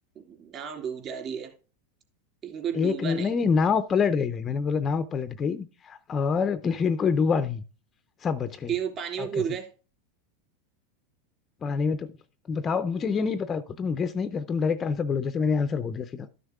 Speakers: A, on the right; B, on the left.
A: नाव डूब जा रही है लेकिन कोई डूबा
B: एक नहीं
A: नहीं
B: नहीं नाव पलट गई भाई मैंने बोला नाव पलट गई और <laughs> लेकिन कोई डूबा नहीं सब बच गए
A: क्योंकि
B: बताओ
A: वो पानी में कूद
B: कैसे
A: गए
B: पानी में तो बताओ मुझे ये नहीं पता तुम गेस नहीं कर तुम डायरेक्ट आंसर बोलो जैसे मैंने आंसर बोल दिया सीधा